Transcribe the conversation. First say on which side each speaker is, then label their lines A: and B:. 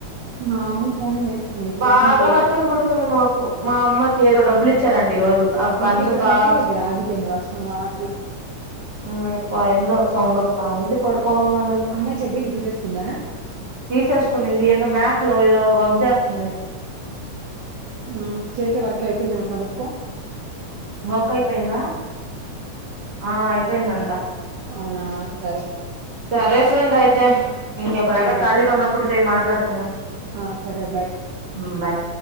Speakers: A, on the right; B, on the right.
A: మా అమ్మ ఫోన్ చేసింది
B: బగావర్ష
A: మీ అమ్మ చేయలా
B: పడుతుంది మాకు మా అమ్మకి ఏదో డబ్బలు ఇచ్చారంటడి ఈ రోజు అ పంచపా
A: మాకు ఇక్కడ మెట్ల దగ్గర ఆగిపోయింది వర్షం అట్లా
B: హ్మ్ <unintelligible> ఎందో సౌండ్ అస్తా ఉంది పడుకొని ఉన్నాను నేను
A: అమ్మాయి చెడ్డీలు ఇప్పేస్తున్న
B: తీసేసుకునింది ఏదో మ్యాక్ లో ఏదో వర్క్ చేస్తుంది
A: ఆ చేసే వర్క్ అయిపోయిందేమో కనుక్కకో
B: వర్క్ అయిపోయిందా ఆ అయిపోయిందంట
A: అవునా సరే
B: సరే ఫ్రెండ్ అయితే ఇంకెప్పుడైనా
A: ఆ, సరే బాయ్
B: ఖాళీగా ఉన్నప్పుడు చేయి మాట్లాడుకుందం
A: ఆ సరే బాయ్
B: హ్మ్ బాయ్